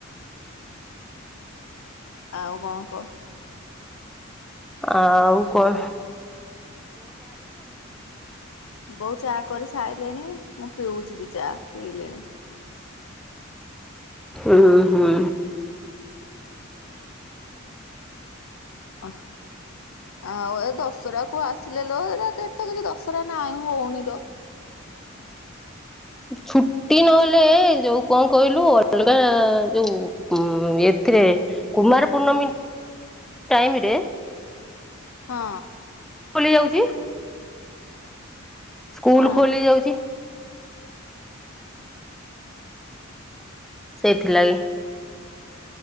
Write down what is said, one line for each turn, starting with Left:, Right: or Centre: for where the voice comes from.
Left: ଆଉ କଣ କହ?
Centre: ଆଉ କଣ?
Left: ବୋଉ ଚା କରି ସାଇଲେଣି। ମୁଁ ପିଉଛି ବିି ଚା। ପିଇଲିଣି।
Centre: ଉଁ ହୁଁ।
Left: ଅହଃ। ଆଉ ଏ ଦଶହରାକୁ ଆସିଲେ ଲୋ। ଏଟା ତ ଏଠି କିଛି ଦଶହରା ନାହିଁ, ହଉନି ଲୋ।
Centre: ଛୁଟି ନ ହେଲେ ଯୋଉ କଣ କହିଲୁ, ଅଲଗା ଯୋଉ ଏଥିରେ କୁମାର ପୂର୍ଣ୍ଣମୀ ଟାଇମରେ
Left: ହଁ।
Centre: ଖୋଲି ଯାଉଛି। ସ୍କୁଲ
Left: ହଁ
Centre: ଖୋଲି ଯାଉଛି। ସେଇଥିଲାଗି।